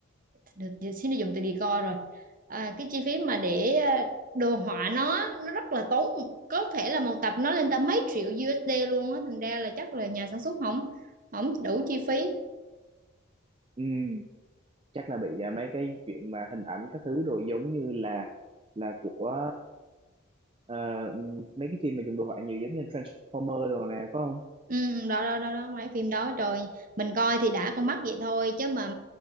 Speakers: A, on the right (about 40°); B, on the right (about 25°).
A: được được- xin được dùng từ decor rồi À, cái chi phí mà để ờ, đồ họa nó nó rất là tốn có thể là một tập nó lên tới mấy triệu USD luôn á thành ra là chắc là nhà sản xuất không không đủ chi phí
B: ừ, chắc là bị à, mấy cái chuyện mà hình ảnh các thứ rồi giống như là là của ờ, ừm, mấy cái phim mà dùng đồ họa nhiều giống như Transformer đồ nè phải không
A: Ừ, đó đó đó đó mấy phim đó trời mình coi thì đã con mắt vậy thôi chứ mà,